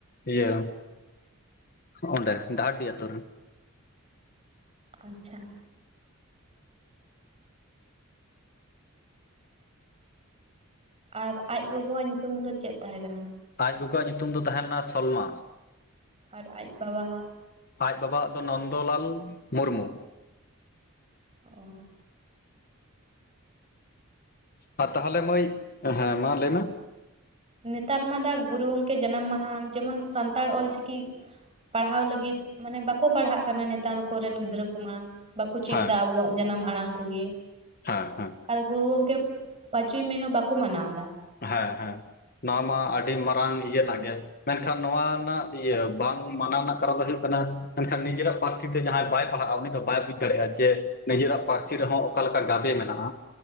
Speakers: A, on the left (about 45°); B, on the right (about 30°).
A: ᱤᱭᱟᱹ ᱚᱸᱰᱮ ᱰᱟᱦᱟᱨᱰᱤ ᱟᱹᱛᱩ ᱨᱮ
B: ᱟᱪᱪᱷᱟ ᱟᱨ ᱟᱡ ᱜᱚᱜᱚᱣᱟᱜ ᱧᱩᱛᱩᱢ ᱫᱚ ᱪᱮᱫ ᱛᱟᱦᱮᱸ ᱠᱟᱱᱟ
A: ᱟᱡ ᱜᱚᱜᱚᱣᱟᱜ ᱧᱩᱛᱩᱢ ᱫᱚ ᱛᱟᱦᱮᱸ ᱞᱮᱱᱟ ᱥᱚᱞᱢᱟ
B: ᱟᱨ ᱟᱡ ᱵᱟᱵᱟ ᱦᱟᱜ
A: ᱟᱡ ᱵᱟᱵᱟᱣᱟᱜ ᱫᱚ ᱱᱚᱱᱫᱚᱞᱟᱞ ᱢᱩᱨᱢᱩ
B: ᱚᱻ
A: ᱟᱨ ᱛᱟᱦᱚᱞᱮ ᱢᱟᱹᱭ ᱦᱮᱸ ᱢᱟ ᱞᱟᱹᱭ ᱢᱮ?
B: ᱱᱮᱛᱟᱨ ᱢᱟ ᱫᱟᱜ ᱜᱩᱨᱩ ᱜᱚᱢᱠᱮ ᱡᱟᱱᱟᱢ ᱢᱟᱦᱟ ᱡᱮᱢᱚᱱ ᱥᱟᱱᱛᱟᱲ ᱚᱞᱪᱤᱠᱤᱼᱼ ᱯᱟᱲᱦᱟᱣ ᱞᱟᱹᱜᱤᱫ ᱢᱟᱱᱮ ᱵᱟᱠᱚ ᱯᱟᱲᱦᱟᱜ ᱠᱟᱱᱟ ᱱᱮᱛᱟᱨ ᱠᱚᱨᱮᱱ ᱜᱤᱫᱽᱨᱟᱹ ᱠᱚᱢᱟ᱾ ᱵᱟᱠᱚ ᱪᱮᱫ
A: ᱦᱮᱸ
B: ᱮᱫᱟ ᱟᱵᱚᱣᱟᱜ ᱡᱟᱱᱟᱢ ᱟᱲᱟᱝ ᱠᱚᱜᱮ᱾
A: ᱦᱮᱸ ᱦᱮᱸ
B: ᱟᱨ ᱜᱩᱨᱩ ᱜᱚᱢᱠᱮ ᱯᱟᱸᱪᱚᱭ ᱢᱮ ᱦᱚᱸ ᱵᱟᱠᱚ ᱢᱟᱱᱟᱣ ᱮᱫᱟ᱾
A: ᱦᱮᱸ ᱦᱮᱸ ᱱᱚᱣᱟ ᱢᱟ ᱟᱹᱰᱤ ᱢᱟᱨᱟᱝ ᱤᱭᱟᱹᱱᱟᱜ ᱜᱮᱼᱼ ᱢᱮᱱᱠᱷᱟᱱ ᱱᱚᱣᱟ ᱨᱮᱱᱟᱜ ᱤᱭᱟᱹ ᱵᱟᱝ ᱢᱟᱱᱟᱣ ᱨᱮᱱᱟᱜ ᱠᱟᱨᱚᱱ ᱫᱚ ᱦᱩᱭᱩᱜ ᱠᱟᱱᱟ ᱢᱮᱱ ᱠᱷᱟᱱ ᱱᱤᱡᱮᱨᱟᱜ ᱯᱟᱹᱨᱥᱤᱼᱼ ᱯᱟᱹᱨᱥᱤ ᱛᱮ ᱡᱟᱦᱟᱸᱭ ᱵᱟᱭ ᱯᱟᱲᱦᱟᱜᱼᱟ ᱩᱱᱤ ᱫᱚ ᱵᱟᱭ ᱵᱩᱡᱽ ᱫᱟᱲᱮᱭᱟᱜᱼᱟ ᱡᱮ ᱱᱤᱡᱮᱨᱟᱜ ᱯᱟᱹᱨᱥᱤ ᱨᱮᱦᱚᱸ ᱚᱠᱟ ᱞᱮᱠᱟ ᱜᱟᱵᱮ ᱢᱮᱱᱟᱜᱼᱟ᱾